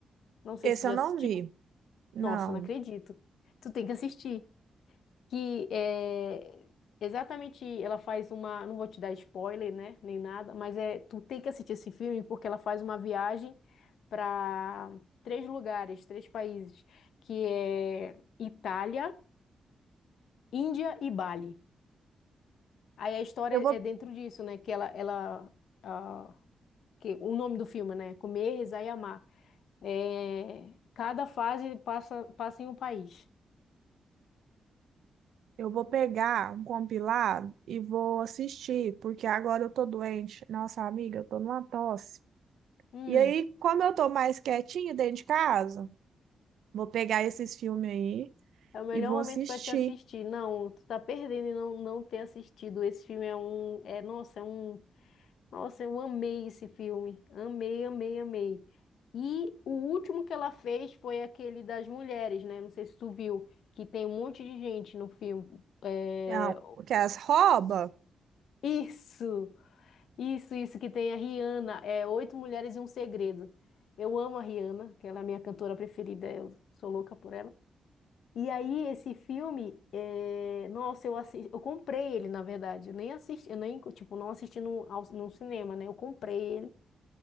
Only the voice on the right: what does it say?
Esse
eu
não
vi. Não.
Eu vou,
eu vou pegar um compilado e vou assistir, porque agora eu tô doente. Nossa, amiga, eu tô numa tosse.
E aí, como eu tô mais quietinha dentro de casa, vou pegar esses filmes aí
e vou
assistir.
É, Porque as rouba?